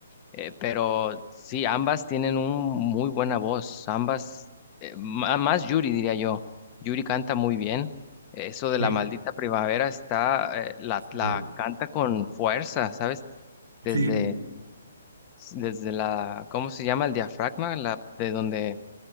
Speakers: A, on the left; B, on the right.
A: Eh, pero sí, ambas tienen un muy buena voz. Ambas, eh, ma- más Yuri, diría yo. Yuri canta muy bien. Eso de
B: Sí,
A: la maldita primavera está, eh, la,
B: sí,
A: la canta con fuerza, ¿sabes? Desde,
B: sí,
A: desde la, ¿cómo se llama? El diafragma, la, de donde